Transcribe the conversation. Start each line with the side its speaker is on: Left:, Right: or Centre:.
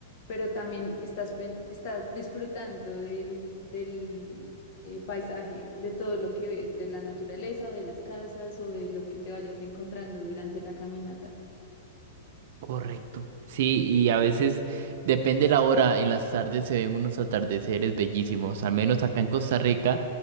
Left: pero también estás, pen- estás disfrutando del, del eh, paisaje, de todo lo que ves, de la naturaleza o de las casas o de lo que te vayas encontrando durante la caminata.
Right: Correcto. Sí, y a veces depende la hora, en las tardes se ven unos atardeceres bellísimos, al menos acá en Costa Rica.